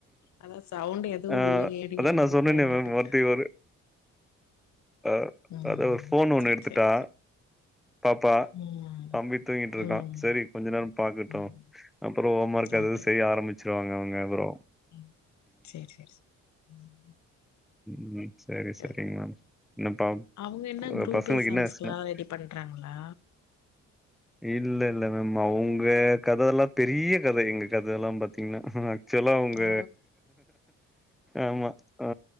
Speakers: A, on the left; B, in the centre.
A: அதா சவுண்ட் எதுவு
B: ஆ
A: இல்லையேடி
B: அதா நா சொன்னனே
A: இப்பதா கேட்டே
B: மேம் <unintelligible> ஆ
A: ம்
B: அத ஒரு ஃபோன் ஒண்ணு
A: சரி
B: எடுத்துட்டா
A: சரி சரி
B: பாப்பா
A: ம்
B: தம்பி தூங்கிட்டு இருக்கா
A: ம்
B: சேரி கொஞ்சோ நேரோ பாக்கட்டு
A: ம்
B: அப்றோ ஹோம் ஒர்க் அது
A: ஓகே
B: இது செய்ய
A: ஓகே
B: ஆரம்பிச் சிருவாங்க அவங்க அப்றோ
A: ம் சேர் சேர் சேரி ம்
B: ம் சேரி
A: ஓகே.
B: சேரிங்க மேம் என்னப்ப
A: அவங்க என்ன குரூப்
B: பசங்களுக்கு
A: எக்ஸாம்ஸ்க்குலா
B: என்ன ஸ்நாக்
A: ரெடி பண்றாங்களா
B: இல்ல இல்ல மேம் அவங்க கதல்லா பெரிய கத எங்களுக்கு கத எல்லா பாத் தீங்கன்னா ஆக்சுவலா அவங்க
A: ஓ
B: ஆமா ஆ